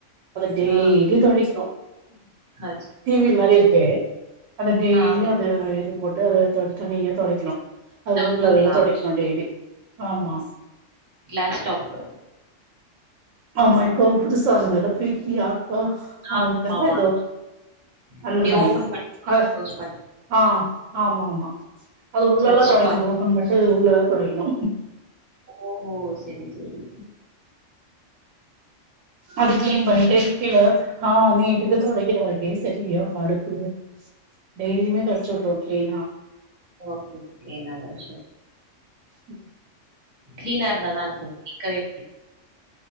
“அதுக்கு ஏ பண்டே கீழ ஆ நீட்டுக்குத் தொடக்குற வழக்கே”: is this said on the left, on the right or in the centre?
Right